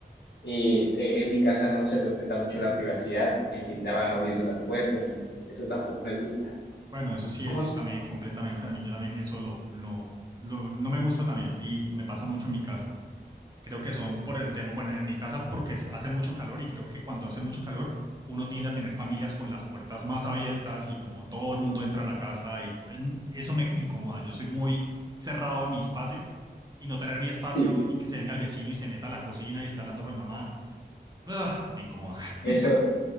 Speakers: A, on the left; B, on the right.
A: Eh, eh, en mi casa no se respeta mucho la privacidad, enseguida van abriendo las puertas y pues, eso tampoco me gusta.
B: Bueno, eso sí
A: ¿Cómo?
B: es
A: s-
B: también completamente, a mí yo también eso lo, lo, lo- no me gusta también y me pasa mucho en mi casa. Creo que son por el tema, bueno, en mi casa porque es- hace mucho calor y creo que cuando hace mucho calor uno tiende a tener familias con las puertas más abiertas y como todo el mundo entra a la casa y mm, eso me incomoda. Yo soy muy cerrado a mi espacio y no tener mi espacio
A: Sí,
B: y que se venga el vecino y se meta a la cocina y está hablando con mi mamá, ugh, me incomoda.
A: eso,
B: <laughs>